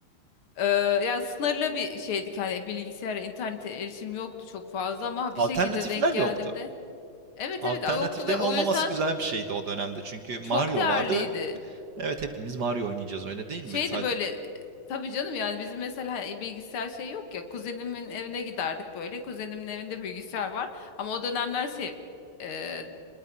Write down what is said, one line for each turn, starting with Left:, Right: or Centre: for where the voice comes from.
Left: e, ya sınırlı bir şeydik hani bilgisayara internete erişim yoktu çok fazla ama
Right: alternatifler
Left: bir şekilde denk geldim
Right: yoktu.
Left: de. Evet
Right: Alternatiflerin
Left: evet yoktu ve o
Right: olmaması
Left: yüzden
Right: güzel bir şeydi o dönemde çünkü Mario
Left: çok değerliydi.
Right: vardı ve Evet hepimiz Mario oynayacağız öyle değil mi?
Left: Şeydi
Right: Sadece.
Left: böyle tabii canım yani bizim mesela hani bilgisayar şey yok ya kuzenimin evine giderdik böyle kuzenimin evinde bilgisayar var ama o dönemler şey e,